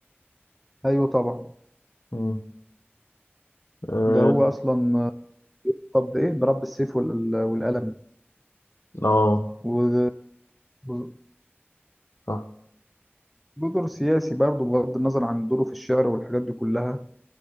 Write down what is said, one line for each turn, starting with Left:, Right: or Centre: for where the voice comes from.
Centre: ايوه طبعا
Left: مم. آه
Centre: ده هو اصلا آه، طب ايه برب السيف وال... والقلم
Left: آه،
Centre: وده- وده
Left: صح
Centre: دور سياسي برضه بغض النظر عن دوره في الشعر والحاجات دي كلها